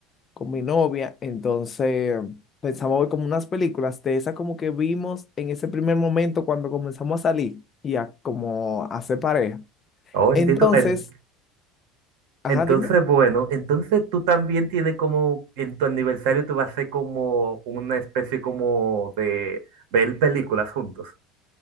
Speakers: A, on the left (about 20°); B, on the right (about 75°).
A: con mi novia, entonces pensamos ver como unas películas de esas como que vimos en ese primer momento cuando comenzamos a salir y a como a hacer pareja.
B: Oh, entiendo,
A: Entonces,
B: en-
A: ajá,
B: Entonces,
A: dime.
B: bueno, entonces tú también tienes como, en tu aniversario tú vas a hacer como una especie como de ver películas juntos. <laughs>